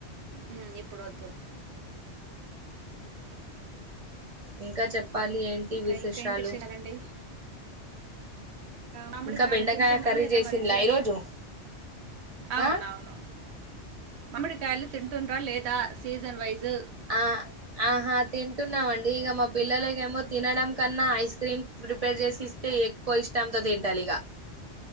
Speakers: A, on the right; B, on the right.
A: ఉమ్ ఇప్పుడు వద్దు
B: ఇంకా చెప్పాలి ఏంటి
A: ఇంకా
B: విశేషాలు
A: ఇంకా ఏంటి విశేషాలండి మామిడికాయలు
B: ఇంకా బెండకాయ
A: తింటున్నారా
B: కర్రీ
A: లేదా
B: చేసిన్ల
A: మరి సీజన్
B: ఈరోజు
A: అవునవును
B: ఆ
A: మామ్మిడికాయలు తింటుండ్రా లేదా సీజన్ వైజ్
B: ఆ ఆహా తింటున్నామం డి ఇగ మా పిల్లలక ఏమో తినడం కన్నా ఐస్ క్రీమ్ ప్రిపేర్ చేసి ఇస్తే ఎక్కువ ఇష్టంతో తింటాలిగ